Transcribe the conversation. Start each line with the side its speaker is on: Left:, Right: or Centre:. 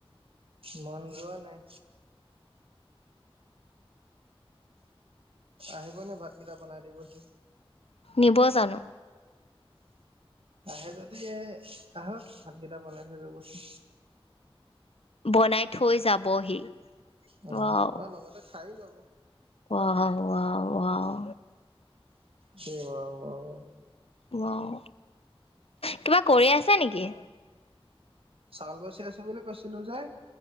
Right: মন যোৱা নাই। আহিবনে ভাতকেইটা বনাই দিবহি।
Left: দিব ব জানো?
Right: আহে যদি এ আহক ভাতকেইটা বনাই থৈ যাবহি।
Left: বনাই থৈ যাবহি।
Right: অ'
Left: ৱাও
Right: ত লগতে খাইও যাব।
Left: Wow, wow, wow.
Right: কি ৱাও, ৱাও, ৱাও।
Left: ৱাও। কিবা কৰি আছা নেকি?
Right: চাউল বাচি আছো বুলি কৈছিলো যে।